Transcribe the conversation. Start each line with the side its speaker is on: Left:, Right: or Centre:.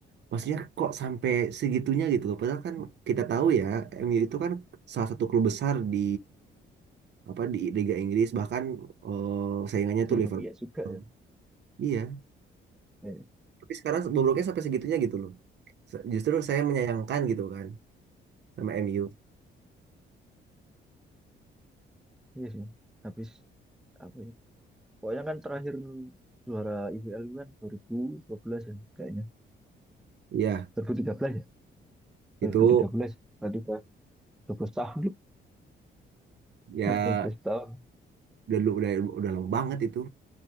Right: maksudnya kok sampai segitunya gitu loh padahal kan kita tahu ya MU itu kan salah satu klub besar di apa di Liga Inggris bahkan eh, saingannya
Centre: Di
Right: tuh Liverpool
Centre: Indonesia juga ya.
Right: iya
Centre: Eh,
Right: tapi sekarang bobroknya sampai segitunya gitu loh Se- justru saya menyayangkan gitu kan sama MU
Centre: iya sih. Habis apa ya? Pokoknya kan terakhir juara IBL kan dua dua ribu dua belas ya kayaknya.
Right: Iya
Centre: dua ribu tiga belas ya. 2013.
Right: itu
Centre: Berarti udah 12 tahun loh.
Right: ya
Centre: Udah dua belas tahun.
Right: udah lu udah udah lama banget itu